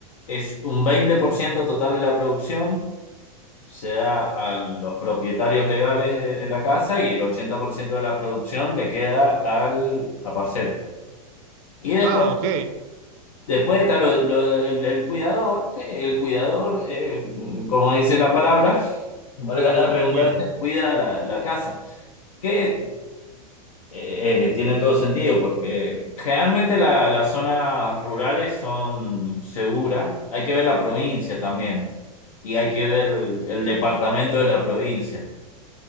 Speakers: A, on the left; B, on the right.
A: es un 20% total de la producción, se da a los propietarios legales de, de la casa y el 80% de la producción le queda al a parcero. Y después
B: Ah, ok,
A: Después está lo- lo del- el, cuidador, que el cuidador, eh, como dice la palabra, <laughs> valga la redundancia,
B: cuida.
A: cuida la, la casa, que eh, eh, tiene todo sentido, porque generalmente la- las zonas rurales son seguras, hay que ver la provincia también, y hay que ver el, el departamento de la provincia,